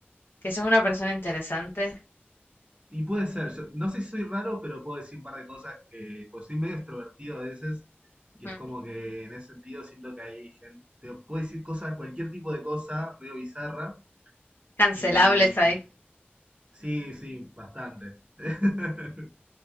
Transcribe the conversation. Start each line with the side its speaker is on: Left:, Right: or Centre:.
Left: ¿Que sos una persona interesante?
Right: Y puede ser, yo- no sé si soy raro, pero puedo decir un par de cosas que, pues soy medio extrovertido a veces. Y
Left: Ujú.
Right: es como que en ese sentido siento que hay gente, puedo decir cosas, cualquier tipo de cosa, medio bizarra.
Left: Cancelables
Right: Y
Left: ahí.
Right: sí, sí, bastante. <laughs>